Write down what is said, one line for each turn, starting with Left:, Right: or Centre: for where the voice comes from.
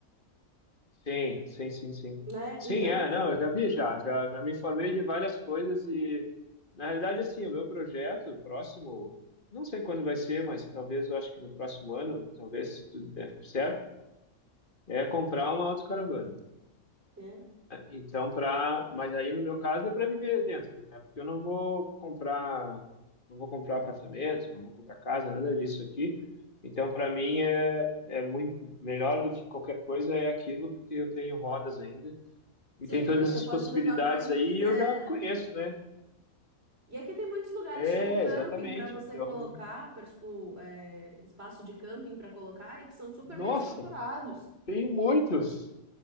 Left: sim, sim, sim, sim.
Right: né?
Left: Sim,
Right: Então,
Left: é,
Right: assim,
Left: não, eu já vi, já, já, já me informei de várias coisas e, na realidade, assim, o meu projeto próximo, não sei quando vai ser, mas talvez, eu acho que no próximo ano, talvez, se tudo der certo, é comprar uma autocaravana.
Right: né?
Left: Então, para, mas aí no meu caso é para viver dentro, né? Porque eu não vou comprar, não vou comprar apartamento, não vou comprar casa, nada disso aqui. Então, para mim é é muito melhor do que qualquer coisa é aquilo, porque eu tenho rodas ainda e
Right: Sim,
Left: tem todas
Right: aí você
Left: as
Right: pode
Left: possibilidades
Right: levar para onde
Left: aí,
Right: quiser,
Left: e eu já
Right: né?
Left: conheço, né?
Right: E aqui tem muitos lugares,
Left: É,
Right: tipo camping,
Left: exatamente.
Right: para você
Left: Então,
Right: colocar, para tipo, é, espaço de camping para colocar, e que são super
Left: nossa,
Right: bem estruturados,
Left: tem muitos.